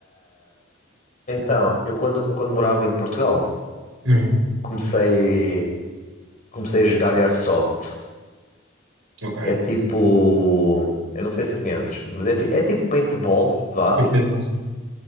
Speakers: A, on the left (about 40°); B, on the right (about 85°).
A: então, eu quando, eu quando morava em Portugal,
B: Uhum.
A: comecei, comecei a jogar Airsoft,
B: Ok,
A: que é tipo, eu não sei se conheces, mas é, ti- é tipo paintball, vá.
B: Tipo de passatempo.